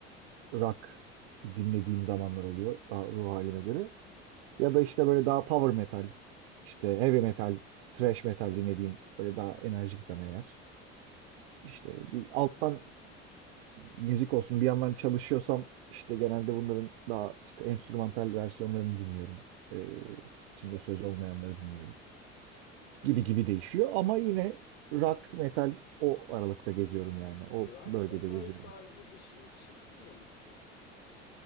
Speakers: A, on the right; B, on the left.
A: rock dinlediğim zamanlar oluyor daha ruh halime göre. Ya da işte böyle daha power metal, işte heavy metal, thrash metal dinlediğim böyle daha enerjiksem eğer. İşte bir alttan müzik olsun bir yandan çalışıyorsam işte genelde bunların daha işte enstrümantal versiyonlarını dinliyorum. Ee, içinde söz olmayanları dinliyorum. Gibi gibi değişiyor ama yine rock, metal o aralıkta geziyorum yani. O
B: Rock
A: bölgede
B: metal
A: geziyorum.
B: tarzı dışına çıkmıyor musun?